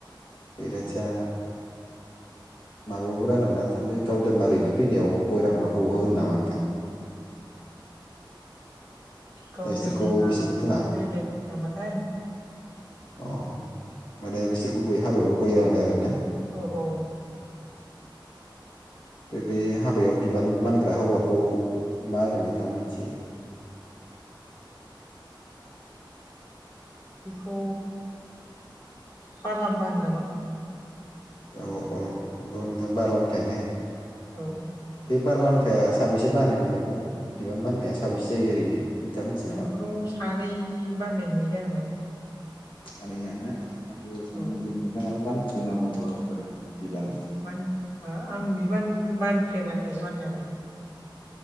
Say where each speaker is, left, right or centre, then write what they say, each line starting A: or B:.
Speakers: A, on the left; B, on the left.
A: बेेराथिया माबायावबो रानावा नोंथां बे गावदान मारिनो फैनायाव गय रानग्राखौ होन नामा नोंथां? <inaudible>
B: गाव
A: बिसोरखौ
B: दोनना
A: बिसोरखौ बुङा
B: बेलेग नामाथाय
A: अ माने बिसोर गुबै हाबायावल' गय रानो आरो ना
B: औ औ
A: बे बे हाबायाव बिबान बानग्रा हौवाखौ मा होनो नोंथाङा मिथियो? <inaudible>
B: बेखौ बारलांफा होनो नामा
A: औ औ नंगौ नोंथां बारलामफायानो
B: औ औ
A: बे बारलाम फाया साबैसे बानो बिबानखौ बिबान बाननाया साबैसे जायो ओरैनो नोंथाङा मिथियो नामा
B: बेखौथ' सानै बाननाय नुयो आङो
A: सानैया ना आं सानै
B: औ
A: नुदों नोथाङा बानफेरदों नामा माब्लाबाफोर बिबान
B: मा होन हा आं बिदि बानफेराखै बानायालाय